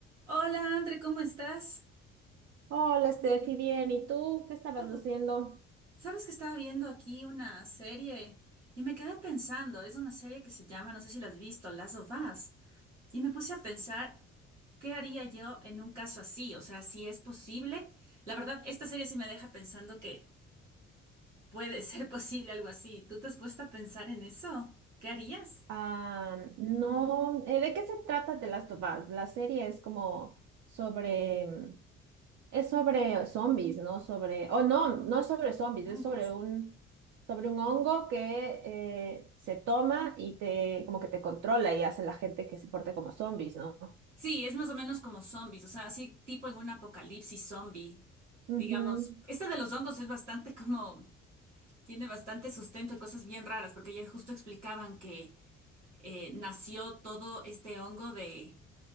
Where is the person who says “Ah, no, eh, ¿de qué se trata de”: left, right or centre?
Right